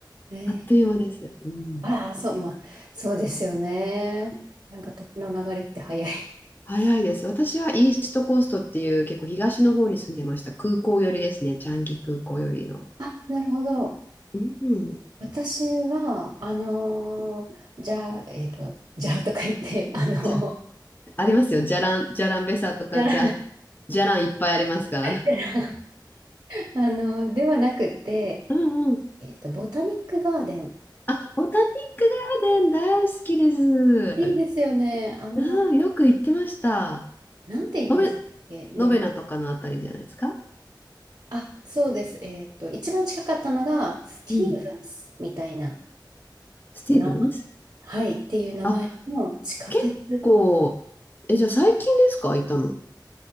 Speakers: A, on the right; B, on the left.
A: ええ
B: あっという間です。うん。
A: ああ、そう、まあ、そうですよね。なんか時の流れって早い。
B: 早いです。私はイーストコーストっていう結構東の方に住んでました。空港寄りですね。チャンギ空港寄りの。
A: あ、なるほど。
B: うん。
A: 私は、あのーじゃあ、えっと、じゃあとか言って、あのー
B: じゃ、ありますよ。じゃらん、じゃらんべさとか、
A: じゃら
B: じゃ、じゃらんいっぱいありますから。
A: たら <laughs> あの、ではなくて、
B: うんうん。
A: えっと、ボタニックガーデン。
B: あ、ボタニックガーデン大好きです。
A: いいですよね。あの、
B: うん、よく行ってました。
A: なんて言うんですっけ、
B: ノベ、
A: 日本。
B: ノベナとかのあたりじゃないですか。
A: あ、そうです。えっと、一番近かったのが、スティーブンスみたいな、
B: うん。スティーブンス。
A: な、はい、っていう名前の地下鉄。
B: あ、結構、え、じゃあ最近ですか行ったの。